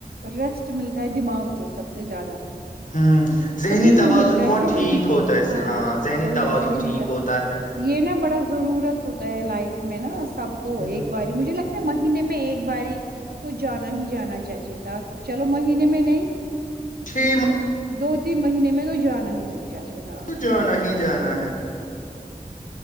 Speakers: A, on the right; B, on the left.
A: ریسٹ ملتا ہے دماغ کو سب سے زیادہ
B: ہوں ذہنی
A: سکون
B: توازن
A: ملتا
B: بہت
A: ہے ذہنی
B: ٹھیک ہوتا ہے اس
A: ہاں
B: سے ذہنی
A: وہی
B: توازن
A: ذہنی
B: ٹھیک
A: تھا
B: ہوتا ہے
A: یہ نا بڑا ضرورت ہوتا <unintelligible>
B: ہ
A: <unintelligible> <unintelligible> مہینے میں ایک باری تو جانا ہی جانا چاہیے تھا چلو مہینے میں نہیں
B: <unintelligible>
A: <unintelligible> تین مہینے میں تو جانا ہی نہیں چاہیے ہاں
B: تو جانا ہی جانا ہے